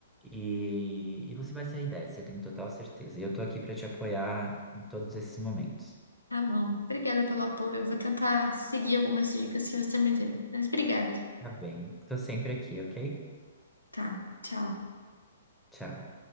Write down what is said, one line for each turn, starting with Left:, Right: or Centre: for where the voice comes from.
Centre: e, e você vai sair dessa, eu tenho total certeza. E eu tô aqui para te apoiar em todos esses momentos.
Left: Tá bom. Obrigada pelo apoio. Eu vou tentar seguir algumas dicas que você me deu. Mas obrigado.
Centre: Tá bem, tô sempre aqui, ok?
Left: Tá. Tchau.
Centre: Tchau.